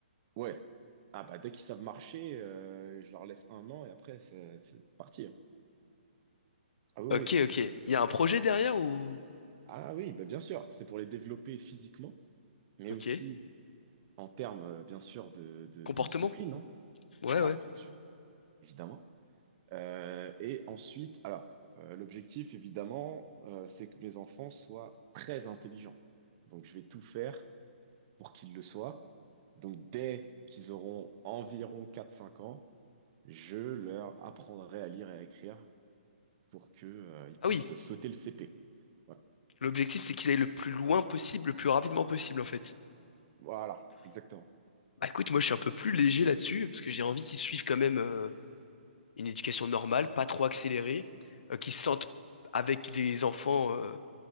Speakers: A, on the right (about 35°); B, on the left (about 65°).
A: ouais. Ah bah dès qu'ils savent marcher, euh, je leur laisse un an et après, c'est c'est- c'est parti. hein. Ah oui,
B: Ok,
A: oui.
B: ok. Il y a un projet derrière ou?
A: Ah oui, bah bien sûr, c'est pour les développer physiquement, mais
B: Ok.
A: aussi en termes, euh, bien sûr, de, de,
B: Comportement.
A: de discipline, hein.
B: Ouais,
A: Là,
B: ouais.
A: bien sûr, évidemment. Euh, et ensuite, alors, euh, l'objectif, évidemment, euh, c'est que mes enfants soient très intelligents. Donc, je vais tout faire pour qu'ils le soient. Donc, dès qu'ils auront environ quatre cinq ans, je leur apprendrai à lire et à écrire pour que, euh, ils puissent
B: Ah oui.
A: sauter le CP. Voilà,
B: L'objectif, c'est qu'ils aillent le plus loin possible, le plus rapidement possible en fait.
A: Voilà, exactement.
B: Bah écoute, moi, je suis un peu plus léger là-dessus parce que j'ai envie qu'ils suivent quand même euh, une éducation normale, pas trop accélérée, euh, qu'ils se sentent avec des enfants euh,